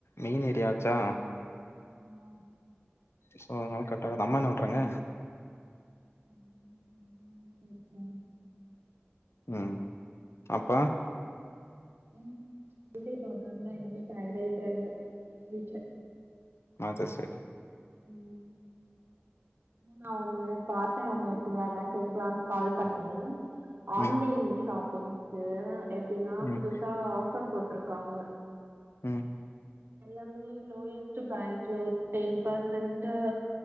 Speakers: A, on the left; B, on the right.
A: மெயின் ஏரியாச்சா
B: ஆ
A: சோ அதனால கட் ஆகாது அம்மா என்ன பண்றாங்க
B: ம் ம் செரிக்கா
A: ம் அப்பா
B: ம் இதே ப்ராப்ளம் தா எல்லாமே டயட் ஆயிட்டாங்க வீட்ல
A: அது செரி
B: ம் நா ஒண்ணு பாத்தே உங்களுக்கு அதா கேக்கலான்னு கால் பண்ணே ஆன்லைன்
A: ம்
B: ஷாப்பிங்கு எப்டின்னா
A: ம்
B: புதுசா ஆஃபர் போட்டிருக்காங்க
A: ம்
B: எல்லாமே லோயஸ்ட் <unintelligible> ஒரு டென் பர்சன்ட்டு